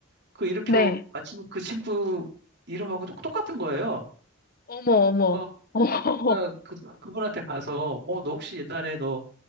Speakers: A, on the right; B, on the left.
A: 그 이름표
B: 네.
A: 마침 그 친구 이름하고 똑- 똑같은 거예요.
B: 어머, 어머,
A: 어,
B: 어머,
A: 제가
B: <laughs>
A: 그, 그분한테 가서 어, 너 혹시 옛날에 너